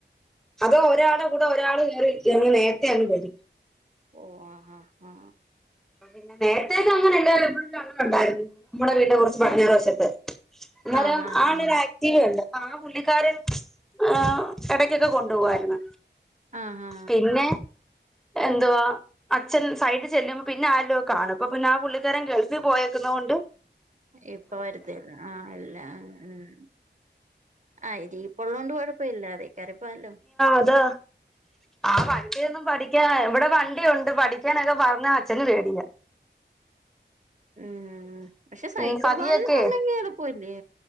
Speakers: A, in the centre; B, on the right.
A: അത് ഒരാള് കൂടെ ഒരാൾ കേരിരിക്കുവാണെകി നേരത്തെ ആഗ് വരും
B: ഓ ആ ആ ആ
A: പിന്നെ നേരത്തേക്കെ അങ്ങനെ ഉ എ ആ ഉണ്ടായിരുന്നു നമ്മുടെ വീടി കുറച്ച് പടിഞ്ഞേറ് വശം അന്നേരം
B: ആഹ് ആഹ്
A: അവന്
B: ആഹ്
A: ഒരു ആക്റ്റീവ ഉണ്ട് പുള്ളിക്കാരൻ ആ ഇടക്കൊക്കെ കൊണ്ടുപോവായിരുന്നു
B: ആ ആ
A: പിന്നെ എന്തുവാ അച്ഛൻ സൈറ്റിൽ ചെല്ലുമ്പോൾ പിന്നെ അരകിലുമൊക്ക്കാനും പിന്നെ ആ പുള്ളിക്കാരൻ ഗൾ ഇത് പോയേകുനകൊണ്ട്
B: ഇപ്പോവാരത്തില്ല ആ ഇല്ല മം ആ ഇരി ഇപ്പൊ ഉള്ളതെക്കോട് കുഴപ്പമില്ല അതി കേറിപ്പോവല്ലോ
A: അത് ആ വണ്ടി ഒന്ന് പാടി യെ ഇവിടെ വണ്ടിയുണ്ട് പഠിക്കാനൊക്ക പറഞ്ഞ അച്ഛന് പേടിയാ
B: ഉം പക്ഷെ സൈക്കിൾ
A: ഉം പതിയൊക്കെ
B: ബാലൻസ് ഉണ്ടാക്കി ആളുപ്പമെല്ലെ